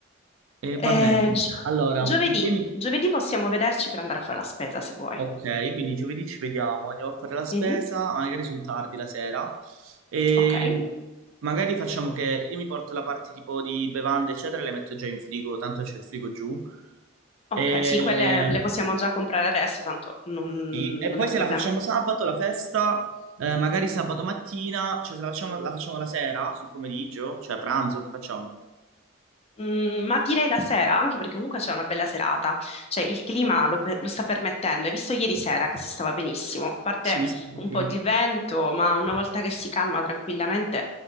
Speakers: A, on the right; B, on the left.
A: E
B: Eh,
A: va bene,
B: gio-
A: allora,
B: giovedì.
A: poi mi-
B: Giovedì possiamo vederci per andare a fare la spesa se vuoi.
A: ok, quindi giovedì ci vediamo, andiamo a fare la spesa,
B: Mhm.
A: magari sul tardi la sera, e
B: Ok,
A: magari facciamo che io mi porto la parte tipo di bevande, eccetera, le metto già in frigo, tanto c'è il frigo giù.
B: ok,
A: E...
B: sì, quelle le possiamo già comprare adesso, tanto non,
A: Sì, E
B: non
A: poi
B: è un
A: se
B: problema.
A: la facciamo sabato la festa, eh, magari sabato mattina, cioè se la facciamo, la facciamo la sera, sul pomeriggio, cioè a pranzo, che facciamo?
B: Mm, ma direi la sera, anche perché comunque c'è una bella serata, cioè il clima lo, pe- lo sta permettendo. Hai visto ieri sera che si stava benissimo, a parte
A: Sì, sì,
B: un
A: sì.
B: po' di vento, ma una volta che si calma tranquillamente